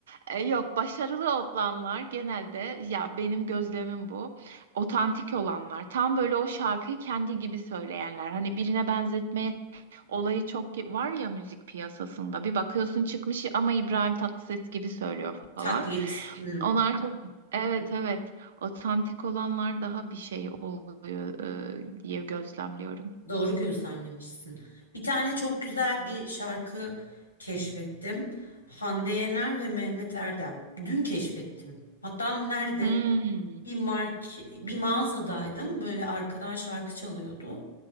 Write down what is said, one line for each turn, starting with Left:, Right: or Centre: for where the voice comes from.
Right: e, yok başarılı olanlar genelde ya benim gözlemim bu. Otantik olanlar tam böyle o şarkıyı kendi gibi söyleyenler. Hani birine benzetme olayı çok ge- var ya müzik piyasasında. Bir bakıyorsun çıkmış ama İbrahim Tatlıses gibi söylüyor falan.
Left: Taklit. Hmm,
Right: Onlar çok evet evet otantik olanlar daha bir şey oluyor e, diye gözlemliyorum.
Left: doğru gözlemlemişsin. Bir tane çok güzel bir şarkı keşfettim. Hande Yener ve Mehmet Erdem. Dün keşfettim. Hatta nerede?
Right: Hmm.
Left: bir mark bir mağazadaydım. Böyle arkadan şarkı çalıyordu.